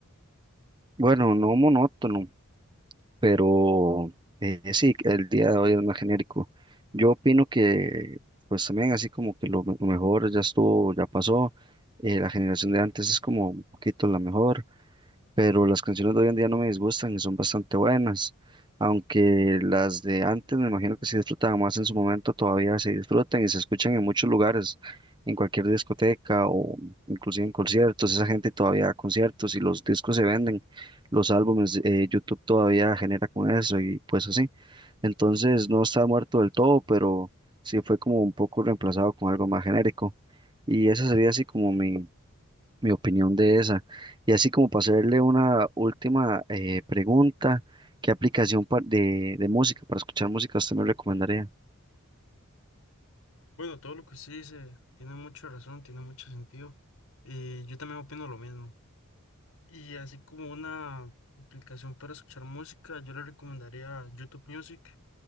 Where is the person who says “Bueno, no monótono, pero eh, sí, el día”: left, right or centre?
Right